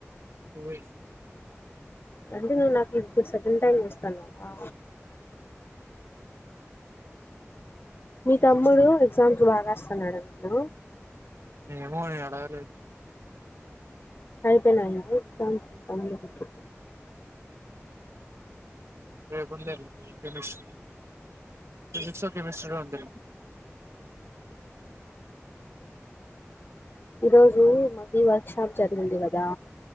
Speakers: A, on the right (about 70°); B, on the left (about 50°).
A: అే
B: అంటే నేను నాకు ఇది సెకండ్ టైమ్ ఇస్తానువా. మీ తమ్ముడు ఎగ్జామ్పులు బాగాస్తున్నాడు నేను.
A: ఏ మూని అడదు
B: అయితేనయి పెట్
A: కొంద తెలుష్ ఫిజిక్స్ కెమిస్ట్రీలో అంది
B: ఈరోజు మగివా షాప్ జరిగుంది కదా